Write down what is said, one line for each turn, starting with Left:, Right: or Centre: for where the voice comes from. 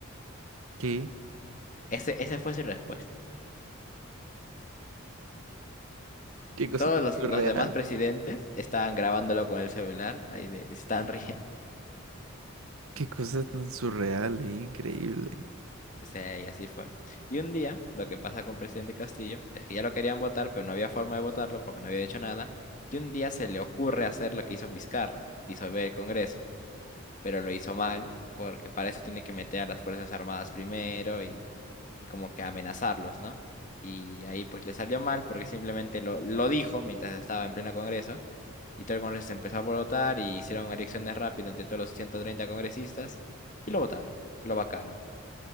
Right: ¿Qué?
Left: Ese, ese fue su respuesta.
Right: ¿Qué cosa
Left: Todos
Right: tan
Left: los,
Right: surreal?
Left: los demás presidentes estaban grabándolo con el celular, ahí de, estaban riendo. <laughs>
Right: ¿Qué cosa tan surreal e increíble?
Left: O sea, y así fue. Y un día, lo que pasa con el presidente Castillo es que ya lo querían votar, pero no había forma de votarlo porque no había hecho nada. Y un día se le ocurre hacer lo que hizo Vizcarra, disolver el Congreso, pero lo hizo mal porque para eso tiene que meter a las Fuerzas Armadas primero y y como que amenazarlos, ¿no? Y ahí pues le salió mal porque simplemente lo, lo dijo mientras estaba en pleno Congreso y todo el Congreso se empezó a votar y hicieron elecciones rápidas entre todos los 130 congresistas y lo votaron, lo vacaron